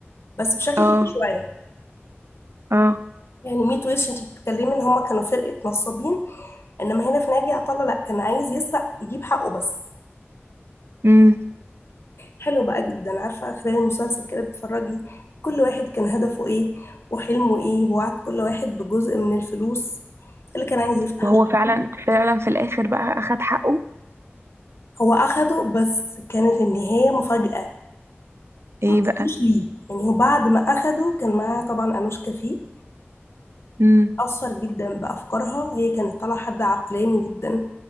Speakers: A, on the left (about 70°); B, on the right (about 70°).
A: بس بشكل
B: اه
A: تاني شوية
B: اه
A: يعني ميت وش انت بتتكلمي ان هما كانوا فرقة نصابين انما هنا في ناجي عطا الله لا كان عايز يسرق يجيب حقه بس
B: امم
A: حلو بقى جدا عارفة خلال المسلسل كده بتتفرجي كل واحد كان هدفه ايه وحلمه ايه ووعد كل واحد بجزء من الفلوس اللي كان عايز يفتح
B: وهو فعلا فعلا في الاخر بقى اخد حقه
A: هو اخده بس كانت النهاية مفاجأة
B: ايه
A: ما اصلوش
B: بقى
A: ليه يعني هو بعد ما اخده كان معاه طبعا انوشكا فيه
B: امم
A: اثر جدا بافكارها هي كانت طالعه حد عقلاني جدا